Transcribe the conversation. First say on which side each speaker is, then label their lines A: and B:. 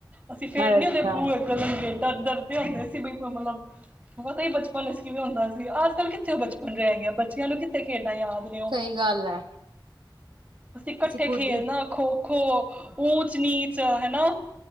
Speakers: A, on the right; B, on the right.
A: ਅਸੀਂ ਫੇਰ
B: ਅੱਛਾ
A: ਨੀ ਉਹਦੇ ਬੂਏ ਅੱਗੋ ਲੰਗੇ। ਦਰ ਦਰਦੇ ਹੁੰਦੇ ਸੀ ਬਈ ਕੋਈ ਮਤਲਬ। ਬੋਤਾ ਹੀ ਬਚਪਨ ਇਸ ਕਿਵੇਂ ਹੁੰਦਾ ਸੀਗਾ ਅਜ ਕੱਲ ਕਿੱਥੇ ਬਚਪਨ। ਰੇਹ ਗਿਆ ਬੱਚਿਆਂ ਨੂੰ ਕਿੱਥੇ ਖੇਡ ਯਾਦ ਨੇ ਓ।
B: ਸਹੀ ਗੱਲ ਹੈ
A: ਅਸੀਂ ਕੱਠੇ
B: ਖੁਦ
A: ਖੇਲਣਾ
B: ਹੀ
A: ਖੋ ਖੋ ਊਚ ਨੀਚ ਹਨਨਾ।